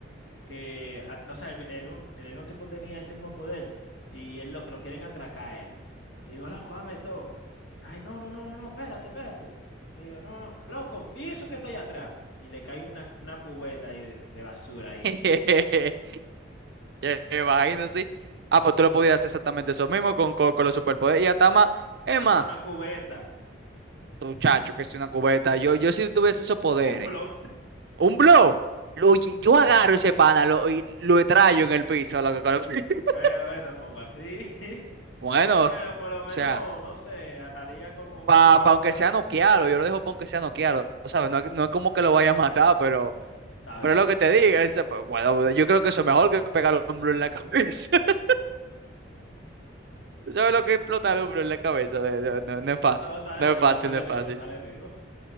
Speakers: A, on the left (about 70°); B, on the right (about 55°).
A: que, a- o sea, el, mi- el mismo, el mismo tipo tenía ese mismo poder y él lo, lo quieren atracar a él. Y digo, loco, dame todo. Ay, no, no, no, no, no, espérate, espérate. Y digo, no, no, loco, ¿y eso que está allá atrás? Y le cae una, una cubeta ahí de, de basura ahí.
B: <laughs> Ya me imagino, sí. Ah, pues tú lo podrías hacer exactamente eso mismo con, con, con los superpoderes. Y hasta más, es
A: Manda
B: más,
A: una cubeta,
B: muchacho, que es una cubeta. Yo, yo si tuviese esos poderes.
A: <laughs> un blog.
B: Un blow. Lo- oye, yo agarro ese pana lo, y lo traigo en el piso. loco, con el- <laughs>
A: Bueno, eh, tampoco así. <laughs>
B: Bueno,
A: Bueno,
B: o
A: por lo menos,
B: sea,
A: no sé, ha- haría como un
B: para
A: truquito
B: aunque
A: para...
B: sea noquearlo, yo lo dejo para aunque sea noquearlo, ¿sabes? No, es- no es como que lo vaya a matar, pero,
A: Está
B: pero
A: bien.
B: es lo que te digo. ese- bueno, yo creo que eso es mejor que pegar un blow en la cabeza. <laughs> ¿Sabes lo que es explotar un blow en la cabeza? De- de- no, no es fácil.
A: No, sale
B: No
A: vivo,
B: es fácil,
A: sale
B: no es
A: vivo,
B: fácil.
A: sale vivo.